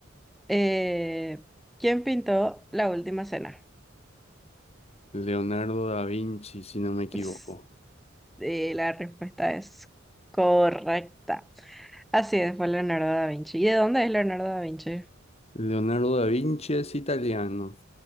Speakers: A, in the centre; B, on the left.
A: Eh, ¿quién pintó la última cena?
B: Leonardo da Vinci, si no me equivoco.
A: Ps, eh, la respuesta es correcta. Así es, fue Leonardo da Vinci. ¿Y de dónde es Leonardo da Vinci?
B: Leonardo da Vinci es italiano.